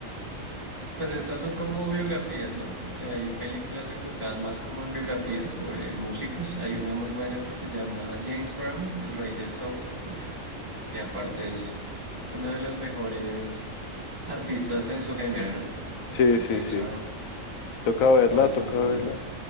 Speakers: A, on the right; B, on the left.
A: pues estas son como biografías, ¿no? Eh, Hay películas enfocadas más como en biografías sobre músicos. Hay una muy buena que se llama James Brown, el rey del soul, uf, que aparte es uno de los mejores artistas en su género, ¿no?
B: Sí,
A: James
B: sí, sí.
A: Brown,
B: Toca verla,
A: toda esa
B: toca
A: onda.
B: verla.